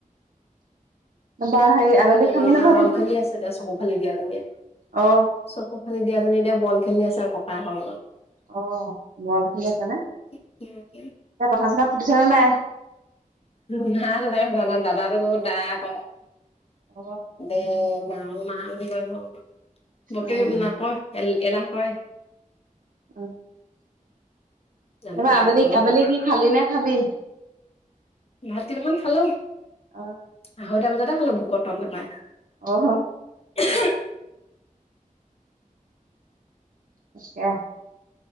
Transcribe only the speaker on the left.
দুজনী
এতিয়া
বল খেলি আছে এতিয়া চকুফালি দিয়া জনীয়ে,
চকুফালি দুয়াজনী এতিয়া বল খেলি আছে আৰু ককায়েকৰ লগত।
লগত।
নাই তেনেকে সোধা নাই, দাদাটো ক'ব দা কৰে
এ, মাহ মাহ বুলি কৰিব, বকে
নকয় এ, এলাহ কয়।
জানো
কেতিয়া
পাতিব
ভালকে
ভাত কেইটামান খালোঁ,
আঢ়ৈটা বজাতে খালোঁ ভোকত তত নাপায়।
<unintelligible>